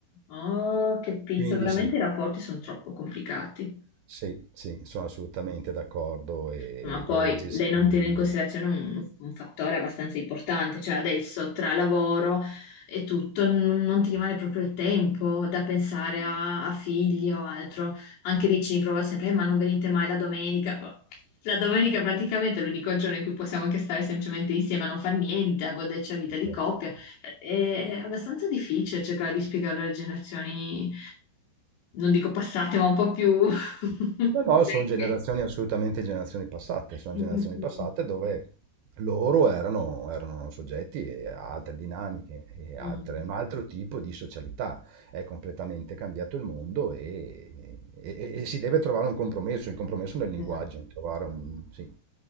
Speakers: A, on the left; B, on the right.
A: Oh, che pizza,
B: quindi
A: veramente
B: sì.
A: i rapporti sono troppo complicati.
B: Sì, sì, sono assolutamente d'accordo e,
A: Ma poi
B: e gestibili.
A: lei non tiene in considerazione un, un fattore abbastanza importante, cioè adesso tra lavoro e tutto n- non ti rimane proprio il tempo da pensare a, a figli o altro. Anche lì ci riprova sempre, "Eh, ma non venite mai la domenica. La domenica praticamente è l'unico giorno in cui possiamo anche stare semplicemente insieme a non far niente, a goderci la vita di
B: Certo.
A: coppia. È, è abbastanza difficile cercare di spiegarlo alle generazioni, non dico passate, ma un po' più... <laughs>
B: No, no,
A: vecchie.
B: sono generazioni assolutamente generazioni passate, sono
A: Mm,
B: generazioni
A: mm, mm.
B: passate dove loro erano, erano soggetti a altre dinamiche, e
A: Mm,
B: altre- un altro tipo di socialità. È completamente cambiato il mondo e, e- e si deve trovare un compromesso, il compromesso nel linguaggio,
A: sì.
B: trovare un, sì,